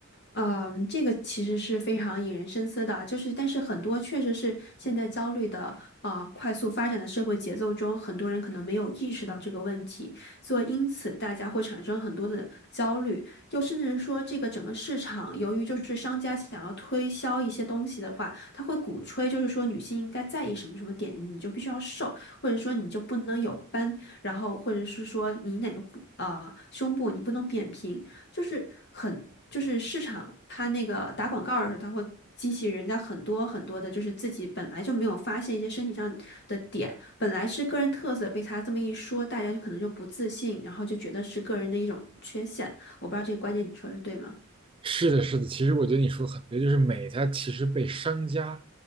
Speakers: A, on the left; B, on the right.
A: 嗯，这个其实是非常引人深思的，就是但是很多确实是现在焦虑的啊快速发展的社会节奏中，很多人可能没有意识到这个问题。所以因此大家会产生很多的焦虑，又甚至是说这个整个市场，由于就是商家想要推销一些东西的话，他会鼓吹就是说女性应该在意什么什么点，你就必须要瘦，或者说你就不能有斑，然后或者是说你哪个部啊、胸部你不能扁平，就是很就是市场它那个打广告的时候，它会激起人家很多很多的，就是自己本来就没有发现一些身体上的点，本来是个人特色，被他这么一说，大家就可能就不自信，然后就觉得是个人的一种缺陷。我不知道这个观点你说的是对吗？
B: 是的，是的，其实我觉得你说的很对，就是美它其实被商家